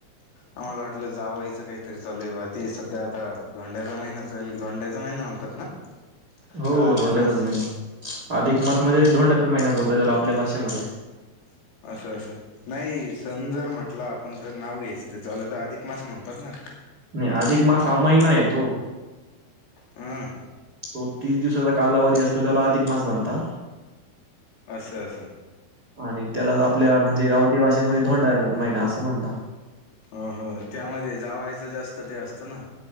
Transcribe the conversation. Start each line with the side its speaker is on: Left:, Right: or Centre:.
Left: आम्हाला वाटलं जावयचं काहीतरी चाल ते सध्या आता धोंड्याचा महिना धोंड्याचा महिना म्हणतात ना
Right: हो
Left: का अधिक
Right: धोंड्याचाच
Left: मास
Right: महिना अधिक मास म्हणजे धोंड्याचाच महिना बोलता त्याला आपल्या भाषेमध्ये
Left: असं असं नाही सण जर म्हटला आपण तर नाव घ्यायचं ते तर अधिक मास म्हणतात ना
Right: नाही अधिकमास हा महिना येतो
Left: हम
Right: तो तीस दिवसाचा कालावधी असतो त्याला अधिक मास म्हनता
Left: अस अस
Right: आणि त्याला आपल्या म्हणजे गावटी भाशेमध्ये धोंडा महिना असं म्हणत
Left: हो हो त्यामध्ये जावायचं जास्त ते असतं ना